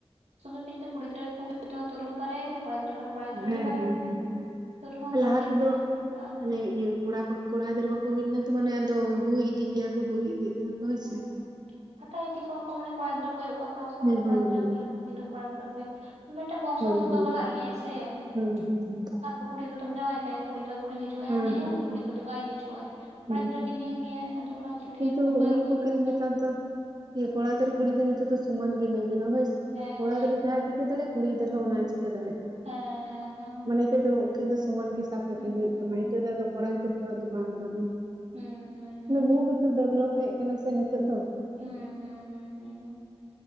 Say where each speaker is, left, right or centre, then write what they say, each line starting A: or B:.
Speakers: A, on the right; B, on the right.
A: ᱥᱩᱫᱩ ᱯᱤᱥᱛᱮ ᱠᱩᱲᱤ ᱜᱤᱫᱽᱨᱟᱹ ᱠᱚ ᱦᱩᱭᱩᱜ ᱛᱟᱹᱣ ᱨᱮᱦᱚ ᱵᱟᱨᱭᱟ ᱜᱮ ᱠᱚᱲᱟ ᱜᱤᱫᱽᱨᱟᱹ ᱠᱷᱚᱱ ᱠᱚᱲᱟ ᱜᱤᱫᱽᱨᱟᱹ
B: ᱦᱮᱸ
A: ᱜᱮ ᱵᱟᱨᱭᱟ
B: ᱦᱮᱸ
A: ᱜᱮ
B: ᱦᱮᱸ ᱦᱮᱸ
A: ᱛᱟᱹᱣ ᱨᱮ ᱦᱚᱸ ᱵᱟᱨ
B: ᱞᱟᱦᱟ
A: ᱫᱤᱠ
B: ᱛᱮᱫᱚ
A: <inaudible> <inaudible> ᱠᱷᱚᱜᱼᱟ
B: ᱢᱟᱱᱮ ᱤᱭᱟᱹ ᱠᱚᱲᱟ ᱠᱚᱲᱟ ᱜᱤᱫᱟᱹᱨ ᱵᱟᱠᱚ ᱦᱩᱭ ᱞᱮᱱᱟ ᱛᱚ ᱢᱟᱱᱮ ᱟᱫᱚ ᱦᱩᱭ ᱤᱫᱤ ᱜᱮᱭᱟ ᱠᱚ ᱦᱩᱭ ᱤᱫᱤᱜ ᱜᱮᱭᱟ
A: <inaudible>
B: ᱠᱚ ᱦᱳᱭ ᱥᱮ
A: ᱦᱟᱛᱟᱣ ᱤᱫᱤ ᱠᱚᱣᱟ ᱠᱚ ᱢᱟᱱᱮ ᱠᱚᱲᱟ ᱜᱤᱫᱽᱨᱟᱹ ᱠᱚᱭᱚᱜ ᱠᱟᱠᱚᱣᱟ
B: ᱦᱩᱸ
A: ᱠᱚᱲᱟ
B: ᱦᱩᱸ
A: ᱜᱤᱫᱽᱨᱟᱹ
B: ᱦᱩᱸ
A: ᱤᱭᱟᱹ ᱨᱮᱱ ᱤᱱᱟᱹᱜ ᱠᱚᱲᱟᱯᱮ ᱢᱤᱫ ᱴᱮᱱ ᱵᱚᱝᱥᱚ
B: ᱦᱳᱭ
A: ᱫᱷᱚᱨ ᱫᱚ
B: ᱦᱳᱭ
A: ᱞᱟᱜᱟᱜ ᱜᱮᱭᱟᱭ ᱥᱮ
B: ᱦᱩᱸ ᱦᱩᱸ
A: <inaudible>
B: ᱦᱩᱸ
A: ᱠᱩᱲᱤ ᱫᱽᱨᱟᱹ ᱫᱚᱢ ᱡᱟᱸᱣᱟᱭ ᱠᱟᱭᱟ ᱠᱩᱲᱤ ᱜᱤᱫᱽᱨᱟᱹ ᱠᱚᱱ ᱦᱤᱡᱩᱜ ᱟᱭ
B: ᱦᱩᱸ
A: ᱟᱢ ᱧᱮᱧᱮᱞ
B: ᱦᱩᱸ
A: ᱫᱚ ᱠᱩᱲᱤ
B: ᱦᱩᱸ
A: ᱠᱚᱫᱚ ᱵᱟᱭ ᱦᱤᱡᱩᱜᱼᱟ ᱟᱭ ᱠᱚᱲᱟ
B: ᱦᱩᱸ
A: ᱜᱤᱫᱽᱨᱟᱹ ᱜᱮ ᱧᱮᱞ ᱢᱮᱭᱟᱭ ᱟᱫᱚ ᱚᱱᱟ ᱦᱚᱛᱮᱡ ᱛᱮᱜᱮ
B: ᱠᱤᱱᱛᱩ
A: ᱠᱚ ᱠᱚᱭᱚᱜ
B: ᱢᱤᱫ
A: ᱠᱟᱜ
B: ᱯᱳᱠᱠᱷᱮ
A: ᱠᱚᱣᱟ
B: ᱫᱚ
A: ᱠᱚ᱾
B: ᱱᱮᱛᱟᱨ ᱫᱚ ᱠᱚᱲᱟ ᱜᱤᱫᱽᱨᱟᱹ ᱠᱩᱲᱤ ᱜᱤᱫᱽᱨᱟᱹ ᱱᱤᱛᱳᱜ ᱫᱚ ᱥᱚᱢᱟᱱ ᱜᱮ ᱞᱟᱹᱭᱜᱟᱱᱚᱜ-ᱟ ᱦᱳᱭ ᱥᱮ
A: ᱦᱮᱸ
B: ᱠᱚᱲᱟ
A: ᱦᱮᱸ
B: ᱜᱤᱫᱽᱨᱟᱹ ᱡᱟᱦᱟᱭ ᱪᱤᱠᱟᱹ ᱫᱟᱲᱮᱜᱼᱟ ᱠᱩᱲᱤ ᱜᱤᱫᱟᱹᱨ ᱦᱚᱸ ᱚᱱᱟᱭ ᱪᱤᱠᱟᱹ ᱫᱟᱲᱮᱜᱼᱟ
A: ᱦᱮᱸ ᱦᱮᱸ ᱦᱮᱸ
B: ᱱᱤᱛᱚᱜ ᱫᱚ ᱩᱱᱠᱤᱱ ᱫᱚ ᱥᱚᱢᱟᱱ ᱜᱮ ᱥᱟᱵ ᱠᱟᱹᱠᱤᱱ
A: ᱦᱩᱸ
B: ᱦᱩᱭᱩᱜ ᱛᱟᱢᱟ
A: ᱦᱩᱸ
B: ᱱᱤᱛᱚᱜ ᱫᱚ ᱟᱫᱚ ᱠᱚᱲᱟ ᱜᱤᱫᱽᱟᱹᱨ ᱠᱚᱣᱟᱜ ᱫᱚ ᱵᱟᱝ ᱞᱟᱜᱟᱢᱮ
A: ᱦᱩᱸ ᱦᱩᱸ ᱦᱩᱸ
B: ᱢᱟᱱᱮ
A: ᱦᱩᱸ
B: ᱵᱩᱦᱩ ᱠᱤᱪᱷᱩ ᱰᱮᱵᱷᱞᱚᱯ ᱦᱮᱡ ᱟᱠᱟᱱᱟ ᱥᱮ ᱱᱤᱛᱚᱜ ᱫᱚ
A: ᱦᱩᱸ ᱦᱩᱸ ᱦᱩᱸ ᱦᱩᱸ ᱦᱩᱸ ᱦᱩᱸ